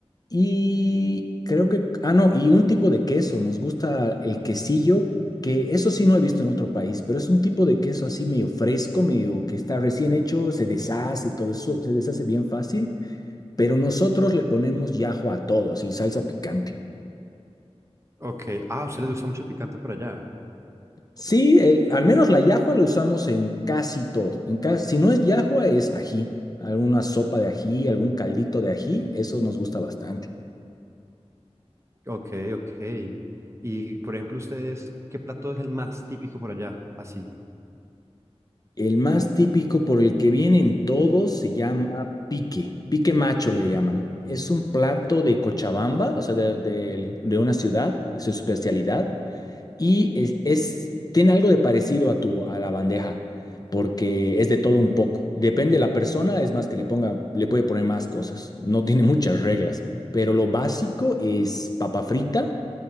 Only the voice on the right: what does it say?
ok. Ah, a ustedes les gusta mucho el picante por allá.
Ok, ok. Y, por ejemplo, ustedes, ¿qué plato es el más típico por allá? Así.